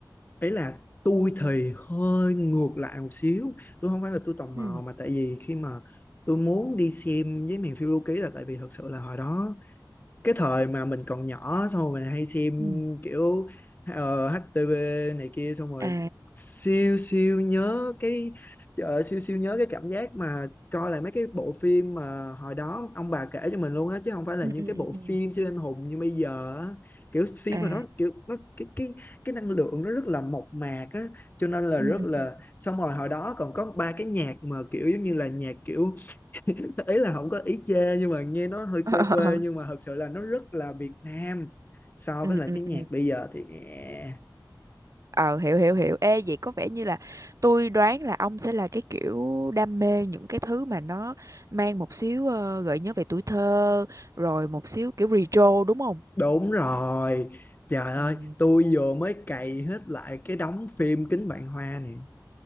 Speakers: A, on the left; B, on the right.
A: ấy là tôi thì hơi ngược lại một xíu tôi không phải là tôi tò mò
B: Ừ.
A: mà tại vì khi mà tôi muốn đi xem với miền phiêu lưu ký là tại vì thật sự là hồi đó cái thời mà mình còn nhỏ xong rồi mình hay xem
B: Ừ.
A: kiểu ờ, HTV này kia xong rồi
B: à
A: siêu siêu nhớ cái ờ, siêu siêu nhớ cái cảm giác mà coi lại mấy cái bộ phim mà hồi đó ông bà kể cho mình luôn á chứ không phải là
B: ừ
A: những
B: ừ
A: cái
B: ừ
A: bộ
B: ừ.
A: phim siêu anh hùng như bây giờ á kiểu phim
B: à
A: mà nó kiểu nó cái cái cái năng lượng nó rất là mộc mạc á cho nên là rất
B: ừ ừ
A: là
B: ừ
A: xong rồi hồi đó còn có ba cái nhạc mà kiểu giống như là nhạc kiểu <laughs> ý là không có ý chê nhưng mà nghe nó hơi
B: ờ
A: quê
B: ờ,
A: quê
B: ờ.
A: nhưng mà thật sự là nó rất là Việt Nam so
B: ừ
A: với lại
B: ừ
A: cái nhạc
B: ừ <laughs>
A: bây giờ thì eh,
B: ờ hiểu hiểu hiểu ê vậy có vẻ như là tôi đoán là ông sẽ là cái kiểu đam mê những cái thứ mà nó mang một xíu ờ, gợi nhớ về tuổi thơ rồi một xíu kiểu retro đúng không
A: đúng rồi trời ơi
B: ừ
A: tôi vừa mới cày hết lại cái đống phim Kính Vạn Hoa này.